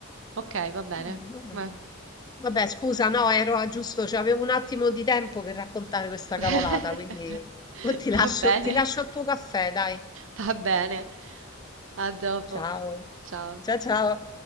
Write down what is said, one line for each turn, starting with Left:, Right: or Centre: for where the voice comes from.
Right: Ok, va bene.
Left: Mm, vabbè.
Right: Beh.
Left: Vabbè, scusa, no, ero a giusto, cioè, avevo un attimo di tempo per raccontare questa
Right: <laughs>
Left: cavolata, quindi oh, ti
Right: Va
Left: lascio,
Right: bene,
Left: ti lascio al tuo caffè, dai.
Right: va bene. A dopo.
Left: Ciao,
Right: Ciao.
Left: ciao ciao.